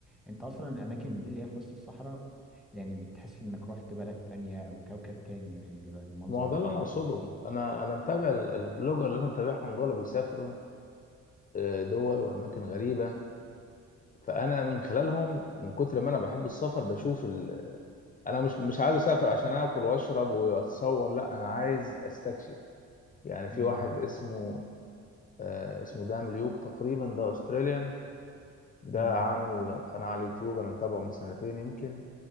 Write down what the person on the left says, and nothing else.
ما هو
ده اللي أنا أقصده
أنا أنا متابع ال-
البلوجر اللي أنا متابعهم دول بيسافروا آه، دول وأماكن غريبة فأنا من خلالهم من كتر ما أنا بحب السفر بشوف ال... أنا مش مش عايز أسافر عشان آكل وأشرب وأتصور لا أنا عايز أستكشف يعني في
واحد اسمه آه، اسمه دام ليوك تقريبا ده أستراليان ده
عامل قناة على اليوتيوب أنا متابعه من سنتين يمكن